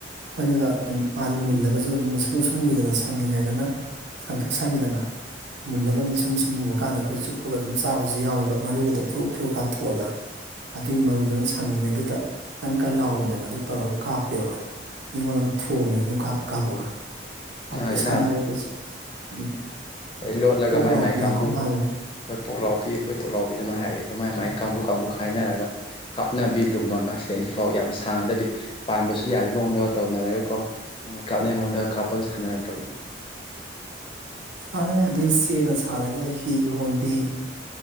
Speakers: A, on the right; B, on the left.
A: ꯑꯩꯈꯣꯏꯅꯒ ꯑꯗꯨꯝ ꯃꯥꯁ ꯃꯨꯜꯂꯒꯁꯨ ꯑꯗꯨꯝ ꯃꯨꯁꯁꯨ ꯃꯨꯁꯨꯡ ꯃꯨꯏꯗꯅ ꯁꯪꯉꯤꯉꯥꯏꯗꯅ ꯁꯪꯇ ꯁꯪꯉꯤꯗꯅ ꯃꯨꯜꯂꯒ ꯃꯨ ꯁꯨꯝ ꯃ ꯁꯨꯝ ꯃꯨꯕ ꯀꯥꯟꯗ ꯑꯩꯈꯣꯏ ꯆꯨꯞꯄꯒ ꯑꯗꯨꯝ ꯆꯥꯕꯁꯨ ꯌꯥꯎꯋꯦꯕ ꯃꯔꯨꯗꯣ ꯐꯨꯔꯨꯞꯎ ꯐꯨꯔꯛꯑ ꯀꯥꯟꯊꯣꯛꯑꯒ ꯑꯗꯨꯒꯤ ꯃꯔꯨꯗꯨꯅ ꯁꯪꯉꯉꯩꯗꯨꯗ ꯀꯟ ꯀꯟ ꯂꯥꯎꯕꯅꯦꯕ ꯑꯗꯨ ꯇꯧꯔꯒ ꯀꯥꯞꯄꯦꯕ ꯑꯩꯉꯣꯟꯗꯒ ꯊ ꯊꯣꯛꯑꯝꯃꯦ ꯑꯗꯨ ꯀꯥꯞꯄ ꯀꯥꯞꯄꯒ ꯀꯥꯞꯇꯦ
B: ꯅꯥꯗꯤ
A: ꯁꯥꯟꯅꯔꯦ ꯑꯗꯨꯁꯨ ꯎꯝ
B: ꯑꯩ ꯂꯣꯠꯂꯒ
A: ꯄꯣꯛ
B: ꯃꯥꯏ
A: ꯂꯥꯎꯕꯤ
B: ꯃꯥꯏ ꯀꯥꯡꯕꯨ
A: ꯍꯥꯏꯕ ꯀꯩꯅꯣꯝ
B: ꯑꯩꯈꯣꯏ
A: ꯍꯥꯏꯕꯅꯦ
B: ꯄꯣꯛꯂꯥꯎꯕꯤ ꯑꯩꯈꯣꯏ ꯇꯣꯛꯂꯥꯎꯕꯤ ꯑꯗꯨꯃꯥꯏ ꯍꯥꯏꯑꯦ ꯑꯗꯨꯃꯥꯏ ꯃꯥꯏ ꯀꯥꯡꯕꯨ ꯀꯥꯡꯕꯨ ꯈꯥꯏꯅꯔꯒ ꯀꯥꯞꯅꯕꯤ ꯂꯨꯝꯃꯒ ꯁꯤꯗꯩꯁꯤꯐꯥꯎ ꯌꯥꯝꯅ ꯁꯥꯡꯅꯗꯕꯤ ꯄꯥꯟꯕꯁꯨ ꯌꯥꯕꯒꯤ ꯃꯑꯣꯡꯗꯒ ꯇꯧꯅꯔꯒꯀꯣ ꯅꯣꯡꯃꯩ ꯀꯥꯞꯅꯩ ꯃꯉꯣꯟꯗ ꯀꯥꯞꯄꯒ ꯁꯥꯟꯅꯔꯛꯄꯅꯦ
A: ꯁꯥꯟꯅꯩ ꯑꯗꯨꯗꯒꯤ ꯆꯦꯅ ꯁꯥꯔꯒ ꯍꯤ ꯌ ꯍꯣꯟꯕꯤ